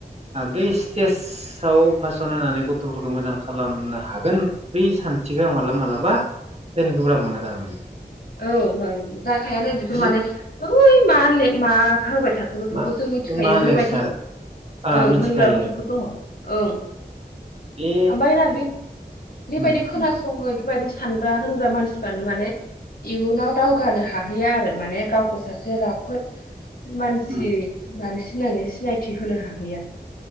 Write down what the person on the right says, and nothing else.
बै स्टेजाव पास्न होनानै गथ'फोरखौ मोजां खालामनो हागोन बै सान्थिखौ आं मालाबा मालाबा फोथायनो गोब्राब मोनो थारमाने।
जि
मा
मा लेक्सार
आ
मिथिखायो
बे
उम
उम
उम